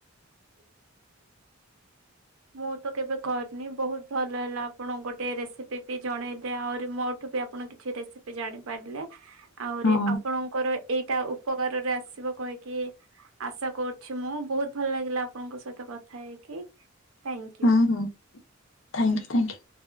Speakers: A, on the right (about 80°); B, on the left (about 65°).
A: <inaudible> <inaudible> ମୁଁ ତ କେବେ କରିନି ବହୁତ ଭଲ ହେଲା ଆପଣ ଗୋଟେ ରେସିପି ବି ଜଣେଇବେ ଆହୁରି ମୋଠୁ ବି ଆ ପଣ କିଛି ରେସିପି ଜାଣିପାରିଲେ ଆହୁରି
B: ହଁ
A: ଆପଣଙ୍କର ଏଇଟା ଉପକାରରେ ଆସିବ କହିକି ଆଶା କରୁଛି ମୁଁ ବହୁତ ଭଲ ଲାଗିଲା ଆପଣଙ୍କ ସହିତ କଥା ହେଇକି। ଥ୍ୟାଙ୍କୟୁ।
B: ହଁ ହଁ ଥ୍ୟାଙ୍କ ୟୁ ଥ୍ୟାଙ୍କ ୟୁ।